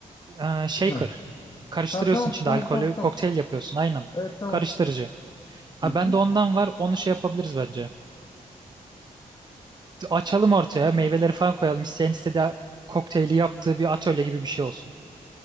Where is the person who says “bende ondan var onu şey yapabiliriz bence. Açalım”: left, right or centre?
Right